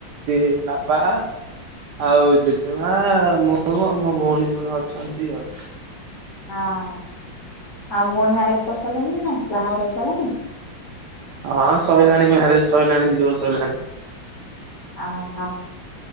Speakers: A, on the right; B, on the left.
A: ଇ ବାପା ଆଉ ଜେଜେ ମାଆ, ମୁଁ ଆଉ ମୋ ଭଉଣୀ ଜଣେ ଅଛନ୍ତି ଆଉ।
B: ହଁ ଆଉ ଭଉଣୀ ମ୍ୟାରେଜ କରିସାରିଲାଣି ନା ବାହାଘର ହେଇସାରିଲାଣି?
A: ହଁ ସରିଲାଣି ମ୍ୟାରେଜ ସରିଲାଣି ଦିଇ ବର୍ଷ ହେଲାଣି।
B: ଅ ହଁ।